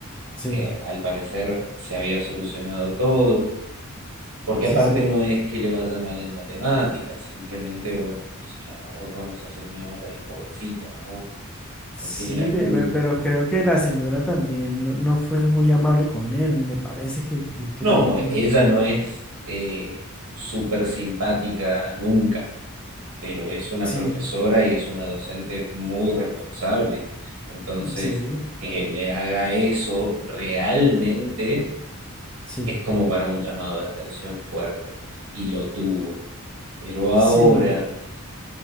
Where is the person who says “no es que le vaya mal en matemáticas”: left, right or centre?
Right